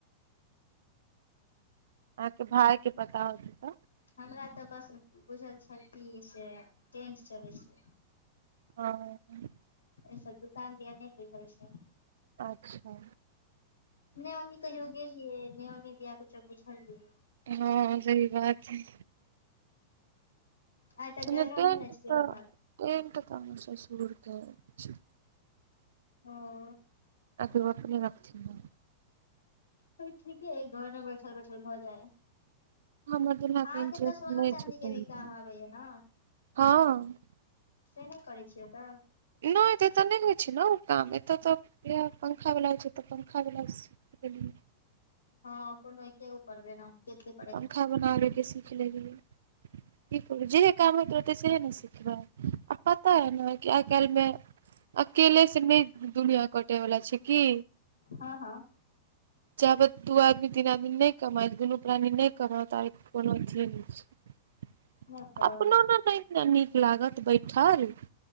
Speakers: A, on the right; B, on the left.
A: अहाँके भाइ के पता होतय त
B: हमरा तऽ बस बुझल छल कि से टेंट चलेय छैय।
A: हं हं
B: ऐ सब दुकान दिया नै बुझल छल।
A: आच्छा।
B: नै ओन्नी कहियो गेलिये नै ओन्नी दिया कुछो बझलियै।
A: हं सही बात हय।
B: आइ तऽ
A: नैय
B: गेलो नहि
A: टेंट
B: ने छियै
A: क
B: उम्हर
A: टेंट तऽ हमर ससुर के छै।
B: हो
A: अभी ऊ अपने रखथिन ना
B: फेर ठीके ऐय घरमे बैठल बैठल भऽ जाए
A: हमर दुल्हा के
B: अहांके
A: इंटरेस्ट
B: तऽ सोना
A: नहि
B: चाँदी
A: छै टेंट
B: के भी काम
A: मे
B: आबैय न?
A: हँ
B: से नैय करैय छियै तऽ।
A: नै त एतय नैय होइ छैय न ऊ काम एतय तऽ इहै पंखा बला छै तऽ पंखा वला स केलू।
B: हँ कोनो एकेगो करबै नऽ केते
A: पंखा बनाबे के सीख लेलिये। आ की करब जेहे काम होइत रहते सेहे न सिखबैय आ पता अय न की आइ काइल मे अकेले से नै दुनिया कटे वला छैय की
B: हं हं।
A: जाबत दु आदमी तीन आदमी नैय कमायत दुनु प्राणी नैय कमाउ त कोनो अथिये नै छैय।
B: नहि तऽ
A: अपनो न नै न नीक लागत बैठल।